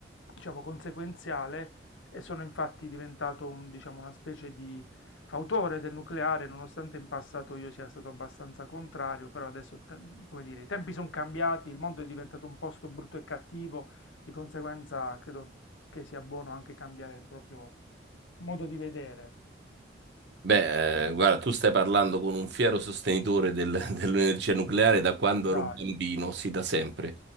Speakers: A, on the left; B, on the right.
A: diciamo, conseguenziale e sono infatti diventato un, diciamo, una specie di fautore del nucleare, nonostante in passato io sia stato abbastanza contrario, però adesso, il te- come dire, i tempi sono cambiati, il mondo è diventato un posto brutto e cattivo, di conseguenza credo che sia buono anche cambiare il proprio modo di vedere.
B: Beh, eh, guarda, tu stai parlando con un fiero sostenitore del- <laughs> dell'energia nucleare da quando
A: Dai,
B: ero bambino, sì, da sempre.